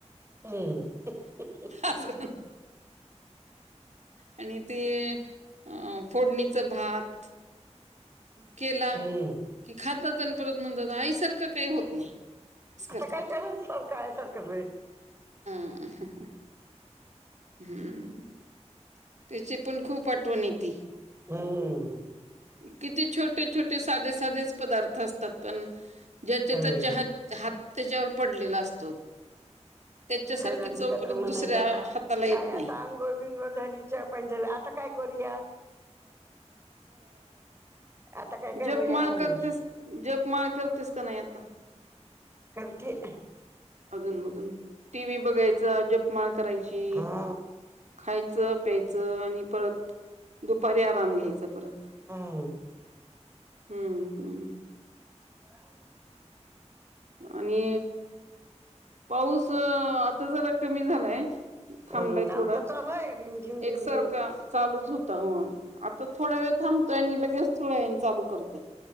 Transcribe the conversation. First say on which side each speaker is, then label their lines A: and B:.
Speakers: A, on the right; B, on the right.
A: हम्म हंहंहं
B: असं आणि ते अ फोडणीचं भात केला
A: हम्म
B: कि खातात अण परत म्हणतात आईसारखं काही होत नाही असं
A: आता
B: करतात.
A: काय कराल सारखं आय सारखंच होय
B: हंहहह <unintelligible> हम्म तिची पण खूप आठवण येती
A: हम्
B: किती छोटे छोटे साधे साधेच पदार्थ असतात पण ज्याच्या
A: होय
B: त्याच्या हत हात त्याच्यावर पडलेला असतो त्याच्यासारखी
A: हे रंती
B: चव
A: कायतर
B: परत
A: म्हणायची
B: दुसऱ्या
A: आता
B: हाताला येत
A: आय आता
B: नाही.
A: अंंगोळ बिंगोळ झाली चहा पाणी झालं आता काय करूया आता काय करूया
B: जप माळ
A: म्हणायची
B: करतेस जप माळ करतेस का नाही आता
A: करते
B: अधूनमधून टी व्ही बघायचा जपमाळ करायची
A: हा
B: खायचं प्यायचं आणि परत दुपारी आराम घ्यायचं परत
A: हम
B: हम्म हम्म
A: ह <unintelligible>
B: आणि पाऊस आता जरा कमी झालाय थांबलाय
A: हम्म
B: थोडा
A: आमचा चालू आहे रिम झिम झिम
B: एकसारखा
A: झिम
B: चालूचं होता होय आत्ता थोडा वेळ थांबतोय आणि लगेच थोड्या वेळाने चालू करतोय.